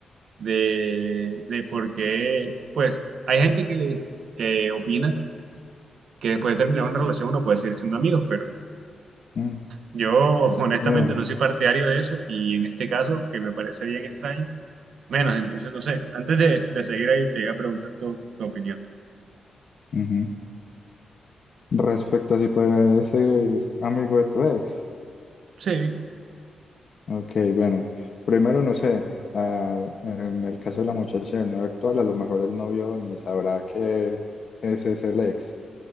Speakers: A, on the right; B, on the left.
A: de, de por qué, pues hay gente que, que opina que después de terminar una relación uno puede seguir siendo amigos, pero
B: mm,
A: yo <laughs> honestamente
B: eh,
A: no soy partidario de eso y en este caso, que me parece bien extraño, menos, entonces no sé, antes de, de seguir ahí te iba a preguntar tu, tu opinión.
B: ujú. Respecto a si puedes ser amigo de tu ex.
A: Sí,
B: Ok, bueno, primero no sé, ah, en el caso de la muchacha del novio actual, a lo mejor el novio ni sabrá que ese es el ex,